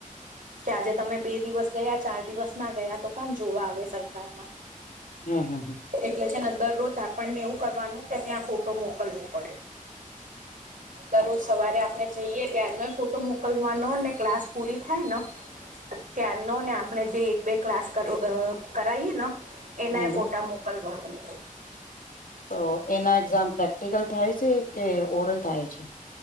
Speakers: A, on the right; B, on the left.
A: કે આજે તમે બે દિવસ ગયા ચાર દિવસ ના ગયા તો કોણ જોવા આવે સરકારમાં?
B: હહ હહ હહ.
A: એટલે છે ને દરરોજ આપણને એવું કરવાનું કે ત્યાં ફોટો મોકલવું પડે.
B: હમ
A: દરોજ સવારે આપણે જઈએ ત્યારનો એ ફોટો મોકલવાનો ને ક્લાસ પૂરી થાય ન ત્યારનો ને આપણે જે એક બે ક્લાસ કર કરાઈ એન એના
B: હમ
A: એ
B: હમ
A: ફોટા મોકલવા પડે.
B: તો એના એક્ઝામ પ્રેક્ટિકલ થાય છે કે ઓરલ થાય છે?